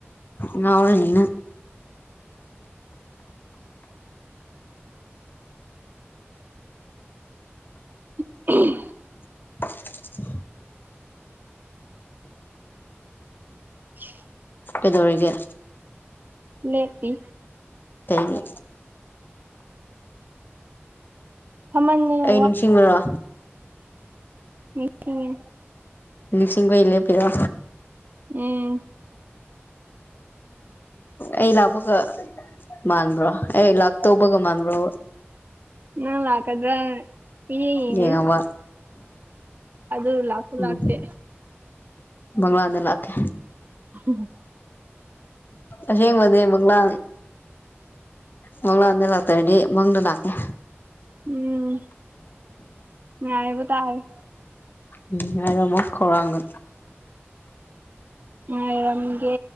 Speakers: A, on the left; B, on the right.
A: ꯉꯥꯎꯔꯅꯤ ꯅꯪ
B: <inaudible>
A: <unintelligible>
B: <inaudible>
A: ꯀꯩꯗꯧꯔꯤꯒꯦ꯫
B: ꯂꯦꯞꯄꯤ꯫
A: ꯀꯩꯅꯤ
B: ꯐꯝꯃꯟꯗꯅ
A: ꯑꯩ ꯅꯤꯡꯁꯤꯡꯕꯔꯣ꯫
B: ꯅꯤꯡꯁꯤꯡꯉꯦ꯫
A: ꯅꯤꯁꯤꯡꯕ ꯩ ꯂꯦꯄꯤꯔꯣ
B: ꯎꯝ
A: ꯑꯩ ꯂꯥꯛꯄꯒ ꯃꯥꯟꯕ꯭ꯔꯣ꯫ ꯑꯩ ꯂꯥꯛꯇꯧꯕꯒ ꯃꯥꯟꯕ꯭ꯔꯣꯕ꯫
B: ꯅꯪ ꯂꯥꯛꯀꯗ꯭ꯔꯥ ꯄꯨꯡꯌꯦꯡ ꯌꯦꯡꯂꯤ
A: ꯌꯦꯡꯉꯕ
B: ꯑꯗꯨ ꯂꯥꯛꯁꯨ
A: ꯎꯝ
B: ꯂꯥꯛꯇꯦ꯫
A: ꯃꯪꯂꯥꯟꯗ ꯂꯥꯛꯀꯦ꯫
B: ꯍꯨꯝ
A: ꯑꯁꯦꯡꯕꯗꯤ ꯃꯪꯂꯥꯟ ꯃꯪꯂꯥꯟꯗ ꯂꯥꯛꯇ꯭ꯔꯗꯤ ꯃꯪꯗ ꯂꯥꯛꯀꯦ꯫
B: ꯎꯝ ꯌꯥꯔꯦꯕ ꯇꯥꯔꯦ꯫
A: ꯎꯝ ꯉꯥꯏꯔꯝꯃꯣ ꯈꯧꯔꯥꯡꯅ꯫
B: ꯉꯥꯏꯔꯝꯒꯦ꯫